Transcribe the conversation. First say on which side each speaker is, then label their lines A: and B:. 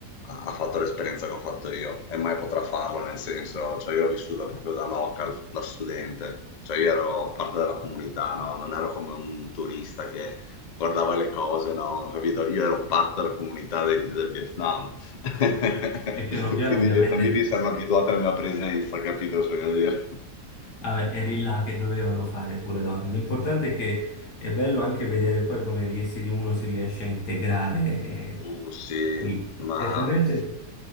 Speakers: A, on the left; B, on the left.
A: ha fatto l'esperienza che ho fatto io e mai potrà farla, nel senso, cioè io l'ho vissuta proprio da local, da studente, cioè io ero parte della comunità, no? Non ero come un turista che guardava le cose, no? Capito? Io ero parte della comunità dei- del Vietnam, <laughs>
B: E piano piano
A: quindi
B: ovviamente
A: i vietnamiti si erano abituati alla mia presenza, capito cosa voglio dire?
B: Vabbè, eri là che dovevano fare pure loro. L'importante è che è bello anche vedere poi come ries- uno si riesce a integrare eh,
A: Uh, sì,
B: lì.
A: ma
B: Certamente,